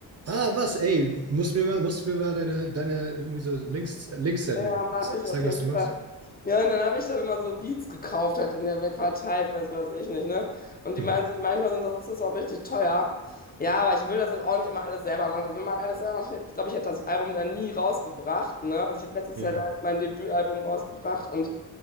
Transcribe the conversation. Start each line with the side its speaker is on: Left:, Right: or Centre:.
Right: Ah, was, ey, musst mir mal, musst mir mal deine, deine irgendwie so Links, Links senden.
Left: Ja, mache ich
Right: Zeigen,
Left: auf jeden
Right: was du
Left: Fall.
Right: machst.
Left: Ja, und dann habe ich dann immer so Beats gekauft, halt in der Welt verteilt, weiß was ich nicht, ne? Und die
Right: Mhm.
Left: meinen, sind- manchmal sind das, das ist auch richtig teuer. Ja, aber ich will das jetzt auch nicht immer alles selber machen. Also wenn man alles selber macht, ich glaube, ich hätte das Album dann nie rausgebracht, ne? Also ich habe letztes
Right: Mhm.
Left: Jahr leider mein Debütalbum rausgebracht und